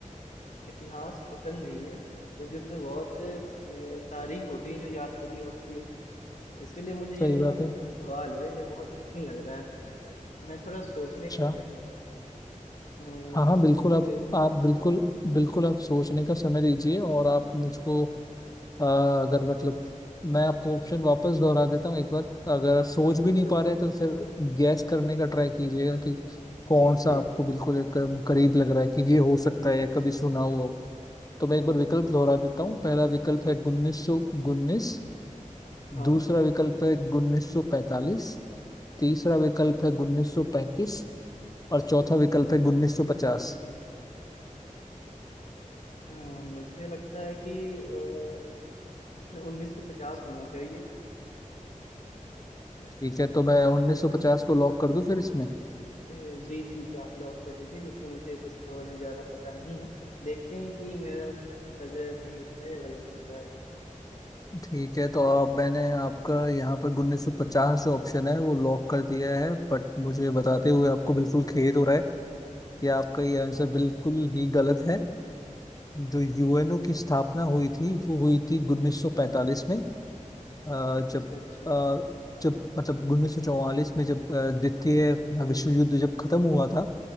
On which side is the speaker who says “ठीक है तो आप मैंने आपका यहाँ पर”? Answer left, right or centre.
Left